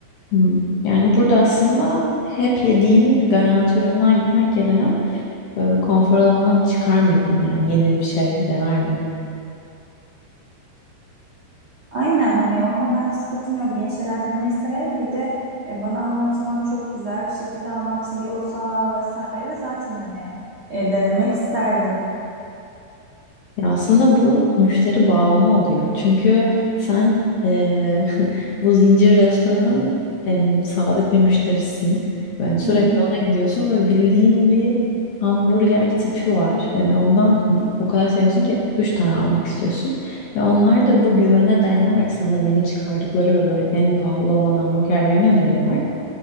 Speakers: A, on the left (about 65°); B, on the right (about 50°).
A: Hmm. Yani burada aslında hep yediğin garanti üründen gitmek yerine e, konfor alanından çıkar mıydın yani? Yeni bir şey dener miydin?
B: Aynen hani onda ben sıkıntım yok. Yeni şeyler denemeyi severim. Bir de e, bana anlatılan çok güzel bir şekilde anlatılıyorsa vesaire zaten hani e, denemek isterdim.
A: Ya aslında bu müşteri bağlama oluyor. Çünkü sen eee, <laughs> bu zincir restoranın em, sadık bir müşterisin. Ben sürekli
B: Hı hı.
A: ona gidiyorsun ve bildiğin bir hamburger tipi var. Hani ondan o kadar seviyorsun ki 3 tane almak istiyorsun. Ve onlar da bu güvene dayanarak sana yeni çıkardıkları ve böyle en pahalı olan hamburgerlerini öneriyorlar